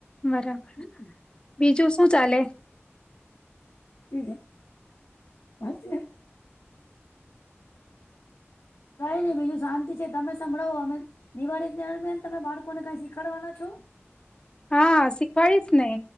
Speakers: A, on the left; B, on the left.
A: બરાબર
B: હમ,
A: બીજું શું ચાલે
B: તીજ મસ્ કઈ નહી બીજું શાંતિ છે તમે સંભળાવો અમે દિવાળી દરમિયાન તમે બાળકોને કઈ શીખાડવાના છો.
A: હા શીખવાડીશ ને